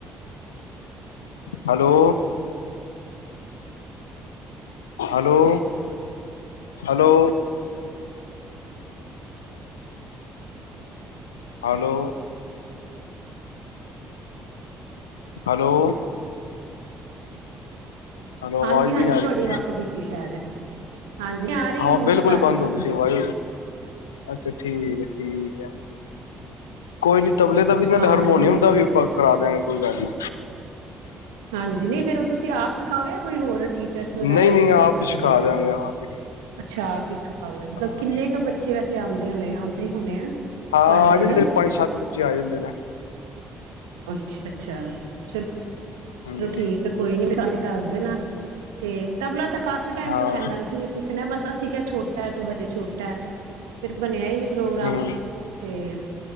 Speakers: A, on the left (about 90°); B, on the right (about 80°).
A: hello hello, hello hello hello hello
B: ਹਾਂਜੀ,
A: ਆਵਾਜ਼
B: ਹਾਂਜੀ
A: ਨਹੀਂ ਆ
B: ਤੁਹਾਡੀ
A: ਰਹੀ
B: ਕੱਟ ਗਈ ਸੀ ਸ਼ਾਇਦ ਹਾਂਜੀ ਆ ਰਹੀ
A: ਹਾਂ,
B: ਹੁਣ
A: ਬਿਲਕੁਲ
B: ਠੀਕ
A: ਹੀ
B: ਆ
A: ਬੰਦ
B: ਰਹੀ ਬਿਲਕੁਲ
A: ਹੋ ਗਈ ਸੀ ਵਾਜ, ਅੱਛਾ- ਠੀਕ ਹੈ, ਠੀਕ ਹੈ ਕੋਈ ਨੀ ਤਬਲੇ ਦਾ ਵੀ ਨਾਲ,
B: ਹਾਂ
A: ਹਾਰਮੋਨੀਅਮ
B: ਹੁਣੀ
A: ਦਾ
B: ਦਿੱਕਤ
A: ਵੀ ਉਪਾਅ ਕਰਾ ਦਿਆਂਗੇ। ਕੋਈ ਗੱਲ ਨ੍ਹੀ
B: ਹਾਂਜੀ, ਨਹੀਂ ਫੇਰ ਉਹ ਤੁਸੀਂ ਆਪ ਸਿ ਖਾਓਗੇ ਯਾ ਕੋਈ ਹੋਰ- ਟੀਚਰਸ ਵਗੈਰਾ
A: ਨਹੀਂ
B: ਵੀ
A: ਨਹੀਂ
B: ਤੁਸੀਂ
A: ਆਪ
B: ਰੱਖੇ
A: ਹੀ ਸਿਖਾ
B: ਦੇ ਆ,
A: ਦਿਆਂਗੇ ਆਪ ਹੀ
B: ਅੱਛਾ ਆਪ ਹੀ ਸਿਖਾਓਗੇ ਮਤਲਬ
A: ਹਾਂ
B: ਕਿੰਨੇ ਕੁ ਬੱਚੇ ਵੈਸੇ ਆਂਦੇ ਹੋਣੇ ਆਉਂਦੇ ਹੋਣੇ ਆ
A: ਹਾਂ
B: ਤੁਹਾਡੇ
A: ਆ
B: ਕੋਲ।
A: ਜਾਂਦੇ ਨੇ ਪੰਜ ਸੱਤ ਬੱਚੇ ਆ ਜਾਂਦੇ ਨੇ
B: ਅੱਛਾ- ਅੱਛਾ, ਚਲੋ
A: ਹਮ
B: ਚਲੋ ਠੀਕ ਆ ਕੋਈ ਨੀ, ਜਾ ਕੇ ਦੱਸ ਦੇਣਾ। ਤੇ ਤਬਲਾ ਤਾਂ ਕਾਫੀ ਟਾਈਮ
A: ਹਾਂ
B: ਤੋਂ ਕਹਿੰਦਾ ਪਿਆ ਸੀ ਮੈਂ ਸਿੱਖਣਾ, ਬਸ ਅਸੀਂ ਕਿਹਾ ਛੋਟਾ ਹੈ ਤੂੰ ਹਜੇ ਛੋਟਾ ਹੈ, ਫਿਰ ਬਣਿਆ ਹੀ ਨਹੀਂ ਪ੍ਰੋਗਰਾਮ
A: ਹਮ
B: ਤੇ